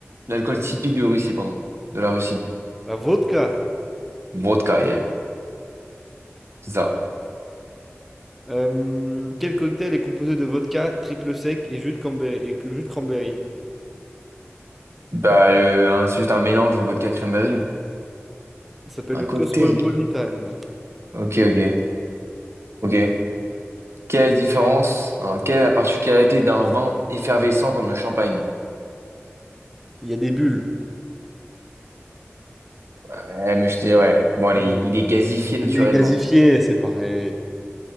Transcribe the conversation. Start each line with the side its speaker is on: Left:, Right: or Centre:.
Right: l'alcool typique de Russie, pardon? De la Russie.
Centre: La vodka.
Right: Vodka, yeah. C'est ça.
Centre: Euh, quel cocktail est composé de vodka, triple sec et jus de cranberry, et jus de cranberry?
Right: Bah, euh, hein, c'est juste un mélange de vodka cranberry. hein.
Centre: Ça s'appelle
Right: Un
Centre: le
Right: cocktail.
Centre: Cosmopolitan.
Right: Ok, ok, ok. Quelle est la différence? non, quelle est la particularité d'un vin effervescent comme le champagne?
Centre: Il y a des bulles.
Right: Ouais, mais je dis, ouais. Bon, allez,
Centre: Il,
Right: il est gazifié naturellement.
Centre: il est gazifié, c'est pareil.